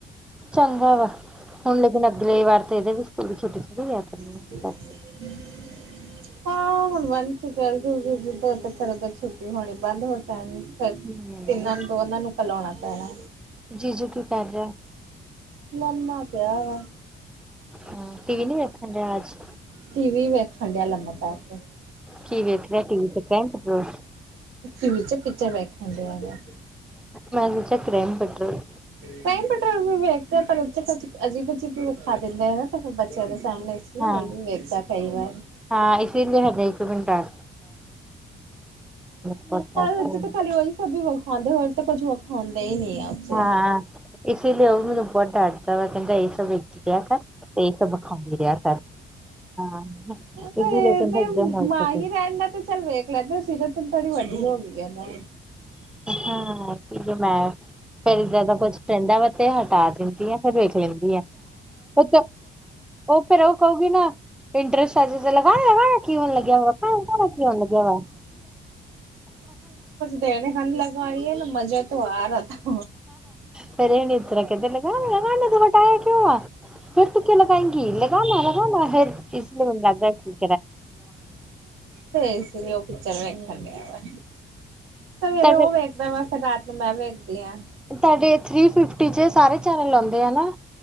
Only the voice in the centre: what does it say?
ਚੰਗਾ ਵਾ ਹੁਣ ਲੇਕਿਨ ਅਗਲੇ ਵਾਰ 'ਤੇ ਏਦੇ ਵੀ ਸਕੂਲ ਛੁੱਟੀ ਥੋੜੀ ਆ। ਕਰਨੀ
ਆ
ਹੂੰ
ਜੀਜੂ ਕੀ ਕਰ ਰਿਹਾ
ਹਾਂ ਟੀ ਵੀ ਨੀ ਵੇਖਣ ਡੇਆ ਅੱਜ।
ਕੀ ਵੇਖ ਰੇਆ ਟੀ ਵੀ 'ਤੇ ਕ੍ਰਾਈਮ ਪੈਟਰੋਲ?
ਮੈਂ ਸੋਚਿਆ ਕ੍ਰਾਈਮ ਪੈਟਰੋਲ।
ਹਾਂ
ਹਾਂ ਇਸੀ ਲੀ ਹੋ ਗਿਆ ਇਕ ਘੰਟਾ। ਬਹੁਤ
ਡਾਂਟਦਾ
ਹਾਂ ਇਸੀ ਲਈ ਓ ਮੈਨੂੰ ਬੋ ਡਰ ਦਾ ਵਾ ਕੈਂਦਾ ਏ ਸਭ ਏਥੇ ਰੇਆ ਕਰ 'ਤੇ ਏ ਸਭ ਵਿਖਾਂਦੀ ਰੇਆ ਕਰ, ਹਾਂ। ਇਸ
ਲਈ
ਕਹਿੰਦਾ ਏਦਾਂ ਨਾ ਵੇਖਿਆ
ਕਰ।
ਹਾਂ ਕਿਉਂਕਿ ਮੈਂ ਫੇਰ ਜਿਅਦਾ ਕੁੱਝ ਕੈਂਦਾ ਵਾ 'ਤੇ ਹਟਾ ਦਿੰਦੀ ਆ। ਫੇਰ ਵੇਖ ਲੈਂਦੀ ਆ ਓਤੋਂ ਓ ਫੇਰ ਓ ਕਉਗੀ ਨਾ ਇੰਨਟਰਸ ਟਜ ਜਾ ਲਗਾ ਵਾ ਕਿ ਹੋਣ ਲੱਗਿਆ ਵਾ ਖਾਉ-ਖਾਉ ਕਿ ਹੋਣ ਲੱਗਿਆ ਵਾ।
ਫੇਰ ਏਨੇ ਇਤਰਾ ਕੈਂਦੇ ਲਗਾ-ਲਗਾ ਲਗਵਟਾਇਆ ਕਿਉਂ ਆ। ਫਿਰ ਤੂੰ ਕਿਉ ਲਗਾਏਗੀ ਲਗਾਲਾ-ਲਗਾਲਾ ਫੇਰ। ਇਸ ਨੂੰ ਉਝ ਲੱਗਦਾ ਕੀ
ਤੁਹਾਡੇ
ਤੁਹਾਡੇ ਥਰੀ ਫਿਫਟੀ 'ਚ ਸਾਰੇ ਚੈਨਲ ਆਉਂਦੇ ਐ ਨਾ।